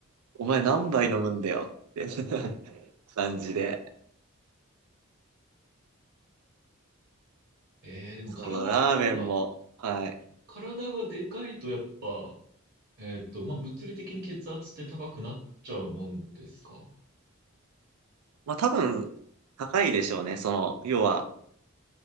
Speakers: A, on the right; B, on the right.
A: お前何杯飲むんだよって <laughs> 感じで。
B: えー、でも体が、
A: そう、ラーメンも、はい。
B: 体がでかいとやっぱ、えっと、まあ、物理的に血圧って高くなっちゃうもんですか
A: まあ多分、高いでしょうね。その、要は、